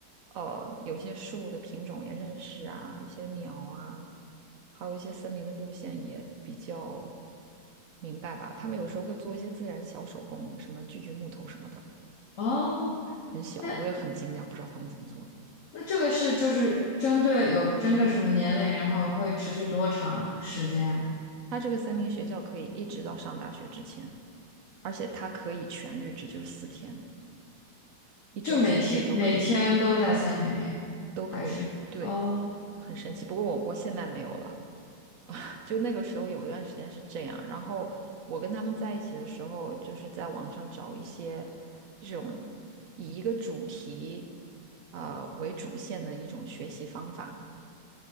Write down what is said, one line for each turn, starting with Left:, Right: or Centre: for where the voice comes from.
Right: 呃，有些树的品种也认识啊，一些鸟啊，还有一些森林的路线也比较明白吧。他们有时候会做一些自然小手工，什么锯锯木头什么的，
Left: 哦，
Right: 很小，
Left: 那
Right: 我也很惊讶，不知道他们怎么做。
Left: 那这个是就是针对有针对什么年龄，然后会持续多长啊时间？
Right: 他这个森林学校可以一直到上大学之前，而且它可以全日制，就是四天，一周四天都可以，
Left: 就每天每天都在森林里，
Right: 都可以，
Left: 还是哦？
Right: 对，很神奇。不过我我现在没有了。就那个时候有一段时间是这样，然后我跟他们在一起的时候，就是在网上找一些这种以一个主题呃为主线的一种学习方法。